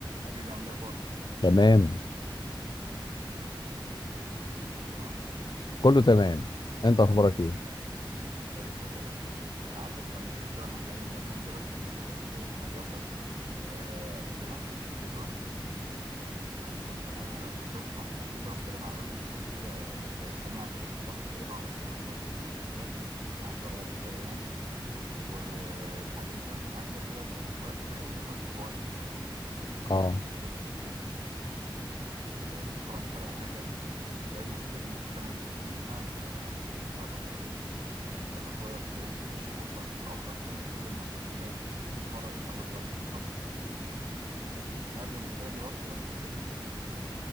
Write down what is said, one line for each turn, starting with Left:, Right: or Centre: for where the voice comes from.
Right: حبيبي عامل ايه اخبارك
Left: تمام
Right: كله تمام
Left: كله تمام انت اخبارك ايه
Right: زي الفل يا باشا انا عايز أبقى بفتكر كده معاك ايام زمان كده كنت في المدرسه آه، كان زمان ما كانش فيه كي جي 1 وكي جي 2 يعني كنا كنت أروح- بفتكر اروح كده مع والدي هناك كده زي استماع كده في الفصل كده اقعد استمع كده الدنيا ماشيه ازاي مع بتوع اولى ابتدائي يعني ولحد ما جه معادي بقى في اولى في أولى ابتدائي دخلت صغير شويه يعني كان
Left: اه
Right: لسه ما كملش ست سنين آه، طبعا ده فرق معايا جامد يعني بقيت في دايما في اي سنه من السنين انا ببقى اصغر سن فيهم دخل صغير تقريبا ست شهور فكنت اصغر سن في كل الموجودين دايما مفيش مره لقيت حد اصغر مني خالص في الفصل انت كنت مقابل المشكله دي برضو ولا كنت داخل سنك كبير